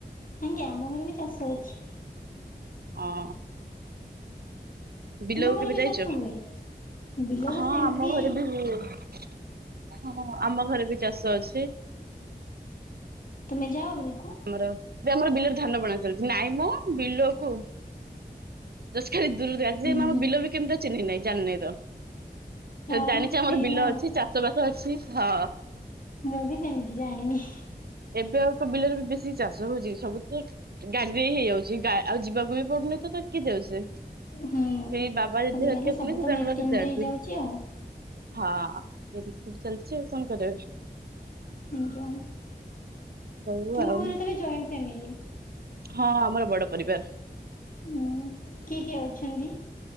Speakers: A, on the left; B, on the right.
A: ଆଜ୍ଞା, ଆମ ଘରେ ବି ଚାଷ ଅଛି।
B: ଅଁ ବିଲକୁ
A: ତୁମ ଘରେ
B: କେବେ
A: ବି
B: ଯାଇଛ?
A: ଚାଷ ହୁଏ ବିଲକୁ
B: ହଁ,
A: ସେମିତି
B: ଆମ ଘରେ ବି ହୁଏ। ହଁ, ହଁ, ଆମ ଘରେ ବି ଚାଷ ଅଛି।
A: ତମେ ଯାଅ ବିଲକୁ?
B: ଆମର ଏବେ ଆମର ବିଲରେ ଧାନ ବୁଣା ଚାଲିଛି, ନାଇଁମ ବିଲକୁ ଜଷ୍ଟ ଖାଲି ଦୂରରୁ ଯାହା, ଆଜି
A: ହୁଁ
B: ଯାଏ ମୁଁ ଆମ ବିଲ ବି କେମିତିଆ ଚିହ୍ନି ନାହିଁ ଜାଣି ନାଇଁ ତ।
A: ହଁ
B: ଖାଲି ଜାଣିଛି ଆମର
A: ସେମ୍
B: ବିଲ
A: ଆଉ
B: ଅଛି ଚାଷ ବାସ ଅଛି, ହଁ।
A: ମୁଁ ବି ସେମିତି ଜାଣିନି।
B: ଏବେ ଆଉ ତ ବିଲରେ ବି ବେଶି ଚାଷ ହଉଛି ସବୁ ତ ଗାଡିରେ ହିଁ ହେଇଯାଉଛି ଗା ଆଉ ଯିବାକୁ ବି ପଡୁନି ତ ତ କିଏ ଯାଉଛି।
A: ହୁଁ
B: ସେଇ ବାବା ଯଦି
A: ଆଜିକାଲି
B: ଧରିକି ଆସିଲେ
A: ସବୁ
B: ସେ
A: ତ
B: ତାଙ୍କ
A: ମେସିନରେ
B: କଥା ଜାଣିବେ।
A: ହେଇଯାଉଛି ଆଉ
B: ହଁ, ଏମିତି ସବୁ ଚାଲିଛି ଆଉ କଣ କରେ?
A: ଆଜ୍ଞା,
B: ହଉ
A: ତୁମ
B: ଆଉ
A: ଘରେ ତାହେଲ ଜଏଣ୍ଟ ଫ୍ୟାମିଲି?
B: ହଁ, ଆମର ବଡ ପରିବାର।
A: ହୁଁ, କିଏ କିଏ ଅଛନ୍ତି?